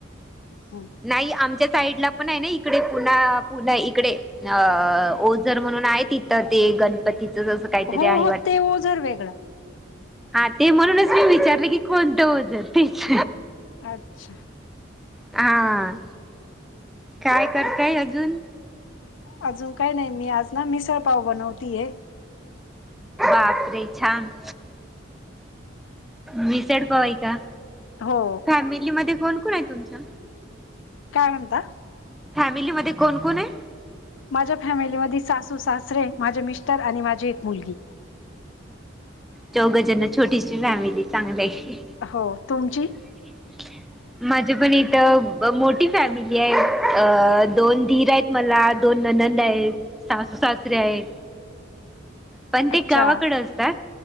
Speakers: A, on the left; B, in the centre.
A: हम्म
B: नाई... आमच्या साईडला पण है ना, इकडे... पुणा... पुण्या... इकडे अं... ओझर म्हणून आहे तिथं... ते गणपतीचं जसं काहीतरी
A: हो
B: आहे
A: हो
B: वाट
A: ते ओझर वेगळं
B: हां... ते म्हणूनच मी विचारलं की, कोणतं ओझर... तेच
A: अच्छा
B: आ काय करताय अजून
A: अजून काय नाई.. मी आज ना.. मिसळपाव बनवती ए
B: बाप रे... छान... मिसडपाव हाय का?
A: हो
B: फॅमिली मध्ये कोण कोण ए तुमच्या
A: काय म्हणता?
B: फॅमिलीमध्ये कोण कोण ए?
A: माझ्या फॅमिलीमध्ये, सासू सासरे, माझे मिस्टर आणि माझी एक मुलगी
B: चौघं जणं... छोटीशी फॅमिली चांगलं ए
A: हो... तुमची?
B: <unintelligible> माझी पण इथं.. अ.... मोठी फॅमिली ए... अ.. दोन दिर एत मला दोन ननंद हेत, सासू सासरे आहेत पण
A: अच्छा
B: ते गावाकडं
A: हम्म
B: असतात